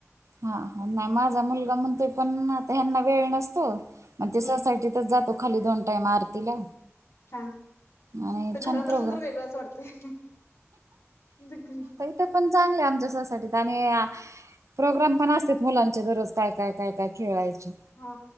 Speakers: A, on the right; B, on the left.
A: हा नाही माझा मुलगा म्हणतोय पण आता यांना वेळ नसतो पण ते
B: हम्म
A: सोसायटीतच जातात ओ खाली दोन टाईम आरतीला,
B: हा
A: आणि
B: ते घरात
A: छान प्रोग्राम
B: असलं तर वेगळंच वाटतंय विघ्न
A: ते पण चांगलं आहं आमच्या सोसायटीत आणि प्रोग्राम पण असतात मुलांचे दररोज काय काय काय काय खेळायचे.
B: हा